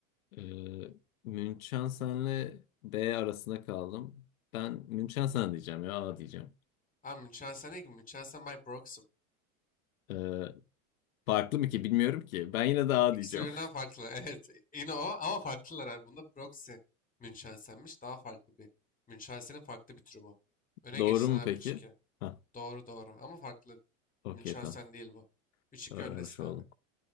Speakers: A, on the left (about 85°); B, on the left (about 20°).
A: Ee, Münchhausen'le B arasında kaldım. Ben Münchhausen diyeceğim ya A diyeceğim.
B: Ha Münchhausen değil ki. Münchhausen by proxy bu.
A: Ee, farklı mı ki bilmiyorum ki. Ben yine de A
B: İkisi
A: diyeceğim.
B: birbirinden farklı. <laughs> Evet. Yine o ama farklılar. Yani bunda proxy Münchhausen'miş. Daha farklı bir. Münchhausen'in farklı bir türü bu.
A: <laughs>
B: Öne
A: Doğru
B: geçtin
A: mu
B: abi
A: peki?
B: 3-2.
A: Ha,
B: Doğru doğru. Ama farklı.
A: okey
B: Münchhausen
A: tamam.
B: değil bu. 3-2
A: Öğrenmiş
B: öndesin
A: oldum.
B: abi.